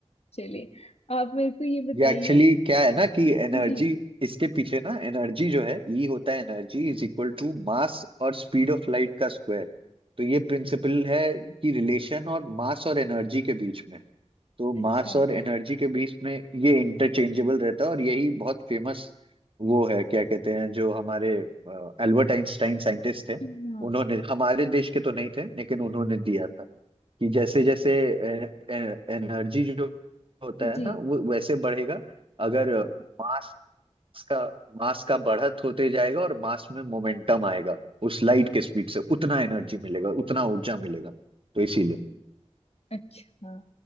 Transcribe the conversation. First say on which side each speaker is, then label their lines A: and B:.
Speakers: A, on the left; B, on the right.
A: चलिए आप मेरे को ये बताइए
B: ये एक्चुअली क्या है ना कि एनर्जी
A: जी
B: इसके पीछे ना एनर्जी जो है ई होता है energy is equal to mass और स्पीड ऑफ लाइट का स्क्वायर तो ये प्रिंसिपल है कि रिलेशन और मास और एनर्जी के बीच में तो
A: अच्छा
B: मास और एनर्जी के बीच में ये इंटरचेंजेबल रहता है और यही बहुत फेमस वो है क्या कहते हैं जो हमारे एल्बर्ट आइंस्टाइन साइंटिस्ट थे
A: हाँ
B: उन्होंने हमारे देश के तो नहीं थे लेकिन उन्होंने दिया था कि जैसे जैसे एनर्जी जो होता है
A: जी
B: ना वो वैसे बढ़ेगा अगर मास का मास का बढ़त होते जाएगा और मास में मोमेंटम आएगा उस लाइट के स्पीड से उतना एनर्जी मिलेगा उतना ऊर्जा मिलेगा तो इसीलिए
A: अच्छा